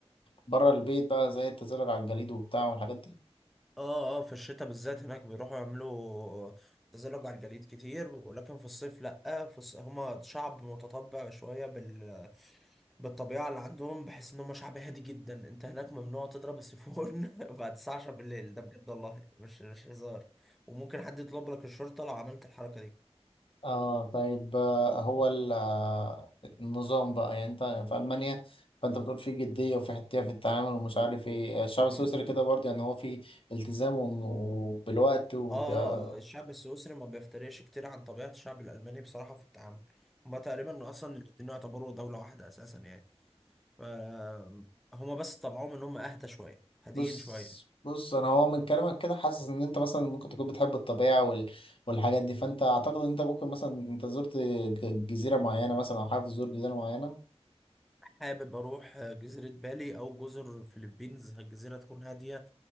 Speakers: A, on the left (about 55°); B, in the centre.
A: بره البيت بقى زي التزلج على الجليد وبتاع والحاجات دي
B: اه اه في الشتاء بالذات هناك بيروحوا يعملوا تزلج على الجليد كتير ولكن في الصيف لأ في الص... هما شعب متطبع شوية بال... بالطبيعة اللي عندهم بحس ان هما شعب هادي جدا انت هناك ممنوع تضرب السيفون <laughs> بعد الساعة 10 بالليل ده بجد والله مش مش هزار وممكن حد يطلب لك الشرطة لو عملت الحركة دي
A: اه طيب آه، هو ال- آه، النظام بقى يعني انت في المانيا فانت بتقول في جديه وفي حتيه في التعامل ومش عارف ايه آه، الشعب
B: مم.
A: السويسري كده برضه يعني هو في التزام و- وبالوقت وكده
B: اه الشعب السويسري ما بيفترقش كتير عن طبيعة الشعب الألماني بصراحة في التعامل هما تقريبا أصلا الاتنين يعتبروا دولة واحدة أساسا يعني فهما بس طبعهم ان هم اهدى شويه هاديين
A: بص
B: شويه
A: بص انا هو من كلامك كده حاسس ان انت مثلا ممكن تكون بتحب الطبيعه وال... والحاجات دي فانت اعتقد ان انت ممكن مثلا انت زرت ج- جزيره معينه مثلا او حابب تزور جزيره معينه
B: حابب اروح جزيره بالي او جزر فلبينز الجزيره تكون هاديه